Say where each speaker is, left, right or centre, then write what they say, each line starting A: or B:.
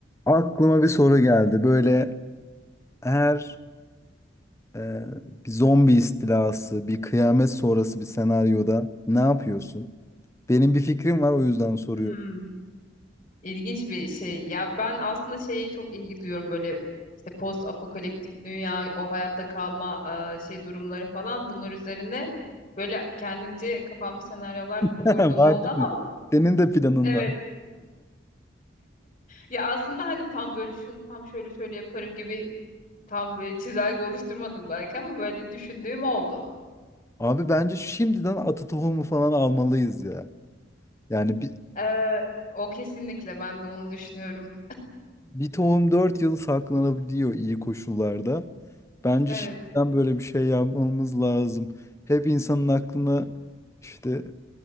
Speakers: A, on the left (about 15°); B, on the left (about 35°).
A: Aklıma bir soru geldi. Böyle eğer e, bir zombi istilası, bir kıyamet sonrası bir senaryoda ne yapıyorsun? Benim bir fikrim var o yüzden soruyorum.
B: Hmm, ilginç bir şey. Ya ben aslında şeyi çok ilgi duyuyorum böyle işte post apokaliptik dünya, o hayatta kalma e, şey durumları falan. Bunlar üzerine böyle kendimce kafamda senaryolar
A: <laughs>
B: kurduğum
A: Var
B: oldu
A: değil
B: ama
A: mi? Senin de planın
B: evet.
A: var.
B: Ya aslında hani tam böyle şunu tam şöyle şöyle yaparım gibi tam böyle çizelge oluşturmadım belki ama böyle düşündüğüm oldu.
A: Abi bence şimdiden atı tohumu falan almalıyız ya. Yani bir,
B: Ee, o kesinlikle ben de onu düşünüyorum.
A: bir tohum 4 yıl saklanabiliyor iyi koşullarda. Bence
B: Evet.
A: şimdiden böyle bir şey yapmamız lazım. Hep insanın aklına işte